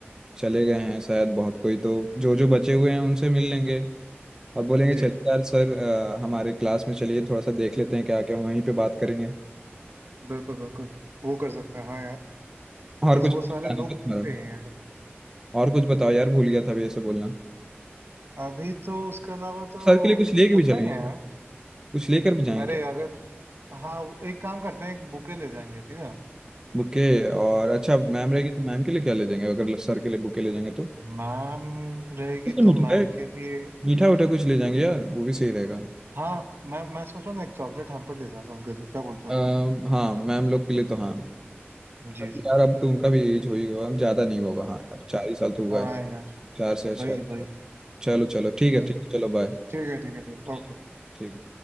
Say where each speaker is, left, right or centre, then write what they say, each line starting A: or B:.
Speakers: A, on the right; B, on the right.
A: चले गए हैं शायद बहुत कोई तो जो जो बचे हुए हैं उनसे मिल लेंगे और बोलेंगे
B: जी
A: चलिए यार सर अ, हमारे क्लास में चलिए थोड़ा सा देख लेते हैं क्या क्या वहीं पे बात करेंगे
B: बिल्कुल बिल्कुल वो कर सकते हैं हाँ यार
A: और
B: बस
A: कुछ
B: वो सारे
A: बताने
B: लोग
A: का
B: हो
A: तुम्हारा
B: गए हैं यार
A: और कुछ बताओ यार भूल गया था अभी ऐसे बोलना
B: अभी तो उसके अलावा तो
A: सर के लिए कुछ लेके भी
B: उतना
A: चलेंगे
B: ही है यार
A: सर कुछ लेकर भी जाएंगे
B: अरे
A: क्या
B: अगर हाँ एक काम करते हैं एक बुके ले जाएंगे ठीक है
A: बुके और अच्छा मैम रहेगी तो मैम के लिए क्या ले जाएंगे अगर सर के लिए बुके ले जाएंगे तो
B: मैम रहेगी तो
A: मीठा
B: मैम के लिए
A: मीठा उठा कुछ ले जाएंगे यार वो भी सही रहेगा
B: हाँ मैं मैं सोच रहा हूँ ना एक चॉकलेट हैम्पर ले जाता हूँ उनके लिए क्या बोलते हो
A: अम, हाँ मैम लोग के लिए तो हाँ
B: जी
A: बट
B: जी
A: यार अब तो उनका भी एज हो ही गया ज्यादा नहीं होगा हाँ यार चार ही साल तो हुआ
B: हाँ
A: है
B: यार
A: चार से छह
B: वही वही
A: चलो चलो ठीक
B: हम्म
A: है ठीक है चलो बाय
B: ठीक है ठीक है ठीक है
A: ठीक
B: ओके
A: ठीक